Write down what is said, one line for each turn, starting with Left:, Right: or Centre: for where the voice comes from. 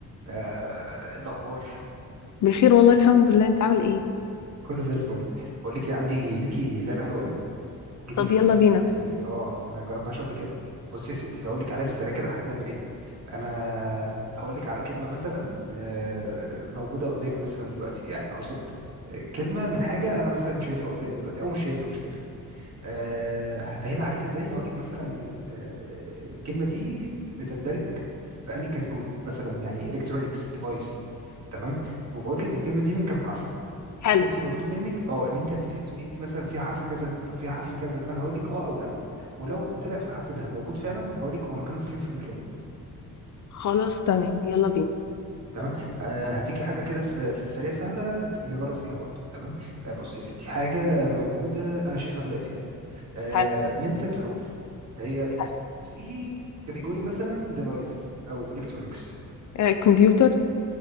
Right: آه، ايه الاخبار
Left: بخير والله الحمد لله انت عامل ايه
Right: كله زي الفل بقول لك إيه، عندي ليكي لعبه حلوه قوي جديده
Left: طب يلا بينا
Right: يعني اه ما جربتهاش قبل كده بص يا ستي هقول لك عليها في السريع كده احنا بنعمل ايه انا هقول لك على كلمه مثلا آه، موجوده قدامي مثلا دلوقتي يعني اقصد آه، كلمه من حاجه انا مثلا شايفها قدامي دلوقتي او مش شايفها مش هتفرق أه هسهلها عليك ازاي هقول لك مثلا أه الكلمه دي بتندرج في انهي كاتيجوري مثلا يعني الكترونيكس ديفايس تمام وبقول لك الكلمه دي من كام حرف
Left: حلو
Right: انت المطلوب منك اه ان انت هتبتدي تقولي لي مثلا فيها حرف كذا طب فيها حرف كذا فانا هقول لك اه او لا ولو طلع في الحرف ده موجود فعلا هقول لك هو مكانه فين في الكلمه
Left: خلاص تمام يلا بينا
Right: تمام آه هديكي حاجه كده في في السريع سهله نجرب فيها برضه تمام آه بصي يا ستي حاجه موجوده انا شايفها دلوقتي آه
Left: حلو
Right: من ست حروف هي
Left: حلو.
Right: في كاتيجوري مثلا ديفايس او الكترونكس
Left: آه كمبيوتر